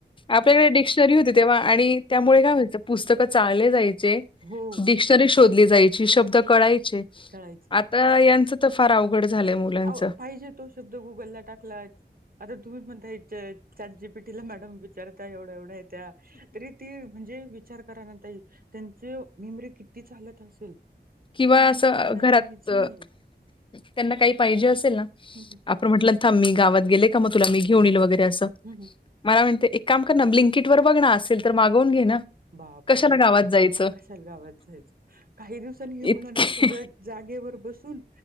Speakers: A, on the left; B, on the right.
A: आपल्याकडे डिक्शनरी होती तेव्हा आणि
B: हो,
A: त्यामुळे काय व्हायचं पुस्तकं चाळले जायचे,
B: हो.
A: डिक्शनरी शोधली जायची शब्द कळायचे.
B: कळायचे.
A: आता यांचं त फार अवघड झालंय मुलांच.
B: आव पाहिजे तो शब्द गुगलला टाकलाय. आता तुम्हीच म्हणता हे च चाटजिपिटीला मॅडम विचारताय एवढ्या-एवढ्या त्या तरी ती म्हणजे विचार करानाही ताई त्यांचे मेमरी किती चालत असेल.
A: किंवा
B: आपण त्यांच्या
A: असं अ,
B: मानाने
A: घरात
B: काहीच नाहीे
A: अ,
B: ये.
A: त्यांना काही पाहिजे असेल ना
B: हूं हूं!
A: आपण म्हटलं थांब मी गावात गेले का मं तुला मी घेऊन यील वगैरे असं.
B: हूं हूं!
A: माला म्हणते एक काम कर ना ब्लीकिट वर बघना असेल तर मागवून घे ना.
B: बापरे
A: कशाला गावात जायचं.
B: कशाला गावात जायचं काही दिव सानी हे
A: इतके
B: मुलना सगळ जागेवर बसून